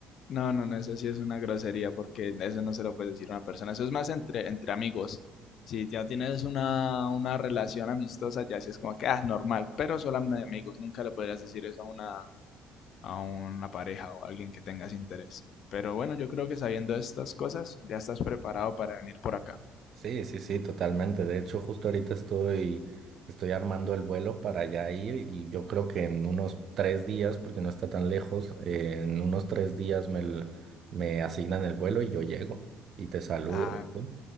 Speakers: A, on the left; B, on the right.
A: No, no, no, eso sí es una grosería, porque eso no se lo puede decir a una persona. Eso es más entre, entre amigos. Si ya tienes una, una relación amistosa, ya sí es como que, ah, normal, pero solo de amigos. Nunca le podrías decir eso a una, a una pareja o a alguien que tengas interés. Pero bueno, yo creo que sabiendo estas cosas, ya estás preparado para venir por acá.
B: Sí, sí, sí, totalmente. De hecho, justo ahorita estoy, estoy armando el vuelo para allá ir y yo creo que en unos tres días, porque no está tan lejos, eh, en unos tres días me, l- me asignan el vuelo y yo llego y te saludo.
A: Ah,
B: ¿ok?